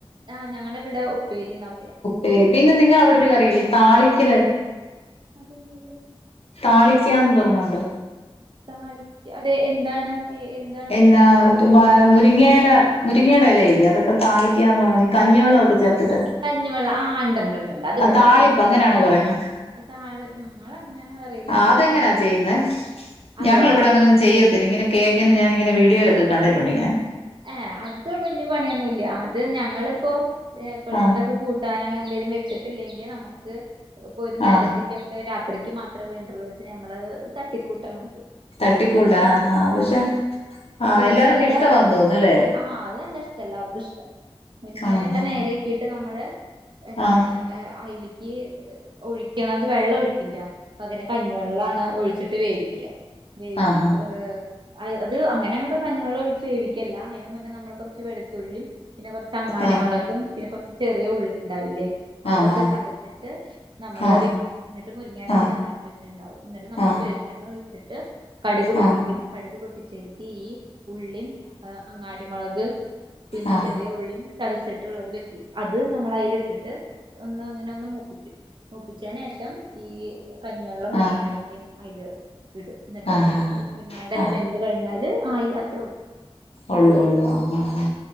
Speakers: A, on the right (about 55°); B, on the left (about 80°).
A: ആഹ് ഞങ്ങളിവിടെ ഉപ്പേരിന്നാ പറയാ
B: ശരി പിന്നെ നിങ്ങളവിടെ ഒരു കറിയില്ലേ ഈ താളിക്കല്
A: അതെന്ത്
B: താളിക്കാന്ന് പറഞ്ഞോണ്ട്
A: താളിക്ക അതെ എന്താണ് ഏ എന്താ-
B: എന്നാ മുരിങ്ങയില മുരിങ്ങയുടെ എലയില്ലേ അതൊക്കെ താളിക്കാന്ന് പറഞ്ഞ് ഈ
A: താളിക്ക
B: കഞ്ഞിവെള്ള ഒക്കെ
A: ആഹ്
B: ചേർത്തിട്ട്
A: കഞ്ഞിവെള്ളം ആഹ് ഇണ്ട്ണ്ട് അത് ഇബട്ത്തെ
B: താളിപ്പ് അങ്ങനെയാണോ പറയുന്നത്
A: അതാള് ഞങ്ങൾ അങ്ങനെ പറയീല അത്
B: അതെങ്ങനാ ചെയ്യുന്നേ
A: അതോ
B: ഞങ്ങൾ ഇവിടെ അങ്ങനെ ഒന്നും ചെയ്യത്തില്ല ഇങ്ങനെ കേങ്ങിന് ഞാനിങ്ങനെ വീഡിയോയിലൊക്കെ കണ്ടിട്ടുണ്ട് ഇങ്ങനെ
A: ഏഹ് അത് വല്യ പണിയൊന്നുംല്ല അത് ഞങ്ങളിപ്പോ എപ്പളെങ്കിലൊക്കെ
B: ആഹ്
A: കൂട്ട കൂട്ടാൻ അങ്ങനെ എന്തേങ്കിലും വെച്ചിട്ടില്ലെങ്കിൽ നമുക്ക് ഇപ്പൊ ഒരു നേരത്തേക്-
B: ആഹ്
A: രാത്രിക്ക് മാത്രമേ വേണ്ടുള്ളൂച്ച് ഞങ്ങളത് ഒരു തട്ടിക്കൂട്ടാണ് അത്
B: തട്ടിക്കൂട്ട
A: നമ്മള് മുരി
B: ആഹാ പക്ഷെ
A: ആഹ്
B: ആ
A: മുരിങ്ങേടെല
B: എല്ലാർക്കും ഇഷ്ടവാ തോന്നുന്നല്ലേ
A: ആഹ് അത് നല്ല ജഷ്ട്ടാ എല്ലാർക്കും ഇഷ്ട്ടാ മുരിങ്ങേടെ
B: ആഹ്
A: എല നേരയാക്കിയിട്ട് നമ്മള് എന്താണ്
B: ആഹ്
A: ഏഹ് അയില്ക്ക് ഒഴിക്കണത് വെള്ളം ഒഴിക്കില്ലാ പകരം കഞ്ഞിവെള്ളാണ് ഒഴിച്ചിട്ട് വേവിക്കാ
B: ആഹ്
A: വേവി ഏഹ് അയി അത് അങ്ങനെ അങ്ങട് കഞ്ഞിവെള്ളം ഒഴിച്ച് വേവിക്കല്ലാ അതിന് മുന്നേ നമ്മള് കൊറച്ച് വെളുത്തുള്ളി പിന്നെ കൊറച്ച് അങ്ങാടിമൊളകും
B: ആഹ്
A: പിന്നെ കൊറച്ച് ചെറിയ ഉള്ളി ഇണ്ടാവില്ലേ
B: ആഹ്
A: അതൊക്കെ
B: ആഹ്
A: ചതച്ചിട്ട് നമ്മള്
B: ആഹ്
A: അത് വെക്കും ഇന്നിട്ട് മുരിങ്ങാടിലയും
B: ആഹ്
A: നന്നാക്കി വെച്ചിട്ട്ണ്ടാവും ഇന്നട്ട് നമ്മള്
B: ആഹ് ആഹ്
A: വേവ് വെളിച്ചെണ്ണ ഒഴിച്ചിട്ട് കടുക് പൊട്ടിക്കും
B: ആഹ് ആഹ്
A: കടുക് പൊട്ടിച്ചിട്ട് ഈ ഉള്ളിം ആഹ് അങ്ങാടിമുളക് പിന്നെ
B: ആഹ് ആഹ് ആഹ്
A: ചെറിയ ഉള്ളിയും ചതച്ചിട്ട്ള്ളത് വെക്കും അത് നമ്മളതിലിട്ടിട്ട് ഒന്ന് അങ്ങനെ ഒന്ന് മൂപ്പിക്കും. മൂപ്പിച്ചേന് ശേഷം ഈ കഞ്ഞിവെള്ളം മുരിങ്ങേടലയും
B: ആഹ്
A: അതിൽ ഇടും ഇന്നിട്ട്
B: ആഹ് ആഹ്
A: മുരിങ്ങേടെല
B: ആഹ്
A: വെന്ത് കഴിഞ്ഞാല് ആയി അത്രേ ഉള്ളൂ അത്ര
B: ഒള്ളൂ
A: പണിയുള്ളൂ
B: ഒള്ളൂ ആഹ് ആഹ്